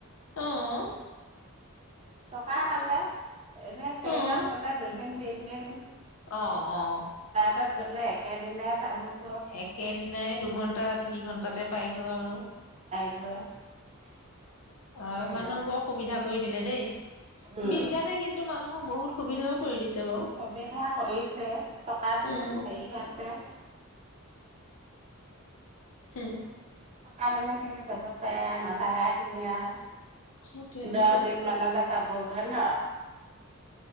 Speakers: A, on the left; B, on the right.
A: আহ।
B: টকা হলে - এনেই ট্ৰেইনত
A: অ'।
B: গলে দুদিন- তিনিদিন
A: অ অ।
B: তাত গ'লে একেদিনাই পাবো।
A: একেদিনাই দুঘন্টা তিনি ঘন্টাতে পাই গৈ আৰু-
B: <unintelligible>
A: অ
B: সেয়া
A: মানুহক বৰ সুবিধা কৰি দিলে দেই
B: উম।
A: বিজ্ঞানে কিন্তু মানু- নহ বহুত সুবিধাও কৰি দিছে। বাৰু
B: সুবিধা কৰিছে টকাতো
A: উম,
B: হেৰি আছে-
A: হম।
B: <unintelligible> <unintelligible>
A: সেইটোৱে সেইটোৱে
B: দহ দিন মান তাতে - <unintelligible>